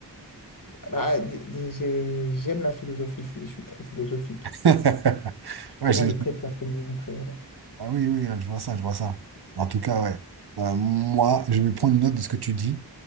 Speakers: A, on the left (about 50°); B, on the right (about 65°).
A: Bah, d- d- j'ai- j'aime la philosophie, je suis, je suis très philosophique.
B: <laughs>
A: Je suis
B: Ouais,
A: quelqu'un
B: j'ai-
A: de très platonien, très... euh,
B: Ah oui, oui, je vois ça, je vois ça. En tout cas, ouais. Euh, moi, je vais prendre note de ce que tu dis